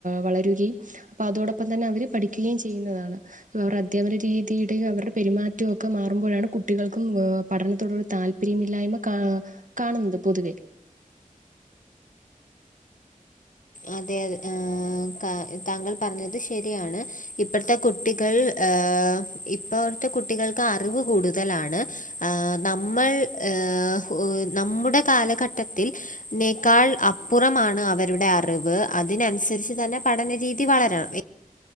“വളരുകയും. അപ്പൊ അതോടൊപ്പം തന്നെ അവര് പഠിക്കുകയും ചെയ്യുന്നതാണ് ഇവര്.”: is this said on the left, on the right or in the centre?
Right